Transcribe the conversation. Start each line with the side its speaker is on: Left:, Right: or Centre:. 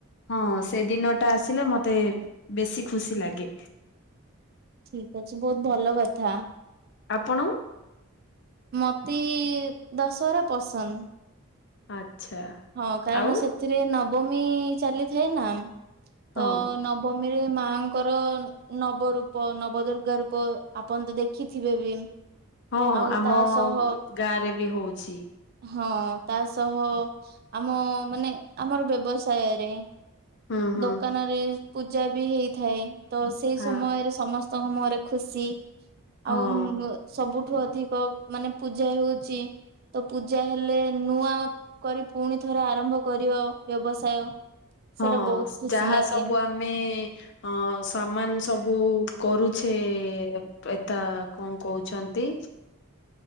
Left: ହଁ ସେ ଦିନ ଟା ଆସିଲେ ମତେ ବେଶୀ ଖୁସି ଲାଗେ।
Right: ଠିକ ଅଛି ବହୁତ ଭଲ କଥା।
Left: ଆପଣ।
Right: ମତେ ଦଶହରା ପସନ୍ଦ।
Left: <inaudible>
Right: ହଁ କାରଣ
Left: ଆଉ
Right: ସେଥିରେ ନବମୀ ଚାଲିଥାଏ ନା
Left: ହଁ
Right: ତ ନବମୀରେ ମାଙ୍କର ନବ ରୂପ ନବ ଦୁର୍ଗା ରୂପ ଆପଣ ତ ଦେଖିଥିବେ ବି
Left: ହଁ
Right: ଆଉ
Left: ଆମ
Right: ତା ସହ
Left: ଗାଁ ରେ ବି ହଉଚି।
Right: ହଁ ତା ସହ ଆମ ମାନେ ଆମର ବ୍ୟବସାୟରେ
Left: ହୁଁ ହୁଁ।
Right: ଦୋକାନ ରେ ପୂଜା ବି ହେଇଥାଏ ତ ସେଇ
Left: ହଁ
Right: ସମୟରେ ସମ ତ ମୁହଁରେ ଖୁସି
Left: ହଁ
Right: ଆଉ ସବୁ ଠୁ ଅଧିକ ମାନେ ପୂଜା ହଉଛି ତ ପୂଜା ହେଲେ ନୂଆ କରି ପୁଣି ଥରେ ଆରମ୍ଭ କରିବ ବ୍ୟବସାୟ ସେଇଟା
Left: ହଁ
Right: ବହୁତ ଖୁସି
Left: ଯାହା
Right: ଲାଗେ
Left: ସବୁ ଆମେ ଅ ସାମାନ ସବୁ କରୁ ସେ ଏ ଏତା କଣ କହୁଛନ୍ତି